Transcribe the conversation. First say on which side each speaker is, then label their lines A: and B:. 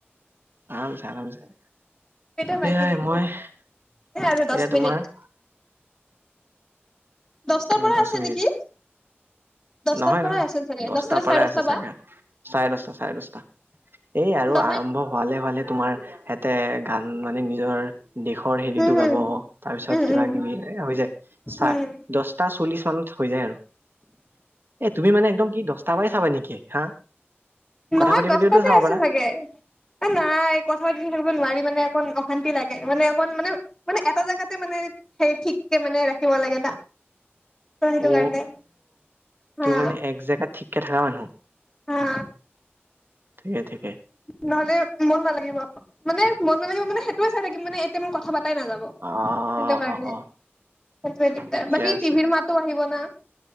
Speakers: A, on the right; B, on the left.
A: আৰামচে আৰামচে
B: কেইটা বাজিল
A: এয়াই
B: এতিয়া
A: মই এতিয়া
B: এ আৰু দহ মিনিট।
A: তোমাৰ
B: দছটাৰ
A: উম
B: পৰা
A: দহ
B: আছে
A: মিনিট
B: নেকি? দহটাৰ
A: নহয়
B: পৰাই
A: নহয়
B: আছিল চাগে
A: দছটাৰ
B: দহটা নে
A: পৰাই
B: চাৰে দহটা
A: আছে চাগে
B: বা
A: চাৰে দছটা চাৰে দশটা। এই আৰু
B: নহয়
A: আৰম্ভ হোৱালে হোৱালে তোমাৰ সিহঁতে গান মানে নিজৰ দেশৰ
B: উম
A: হেৰিটো
B: হম
A: গাব তাৰ পিছত
B: উম
A: কিবা
B: উম
A: কিবি হৈ যায় চ
B: উম
A: দহটা চল্লিশ। হৈ যায় আৰু এ তুমি মানে একদম কি দহটা পৰাই চাবা নেকি হা।
B: নহয়
A: কথা পাতি
B: দহটাতে
A: পাতিওতো চাব
B: আছে
A: পাৰা
B: চাগে, এ নাই কথা পাতি থাকিব নোৱাৰি। মানে অকণ অশান্তি লাগে মানে অকণ মানে মানে এটা জেগাতে মানে সে ঠিককে মানে ৰাখিব লাগে না ত সেইটো
A: অ
B: কাৰণে
A: তুমি
B: হা
A: মানে এক জেগাত ঠিককে থকা মানুহ
B: হা
A: ঠিকে ঠিকে
B: নহলে মন নালাগিব মানে মন নালাগিব মানে সেইটোয়ে চাই থাকিম মানে এতিয়া মই কথা পাতি তাই নাযাব,
A: অ
B: সেইটো কাৰণে
A: অ
B: সেইটোৱে
A: অ
B: দিগদাৰ
A: ঠিকে
B: বাকী
A: আছে
B: টিভিৰ মাতো আহিব না।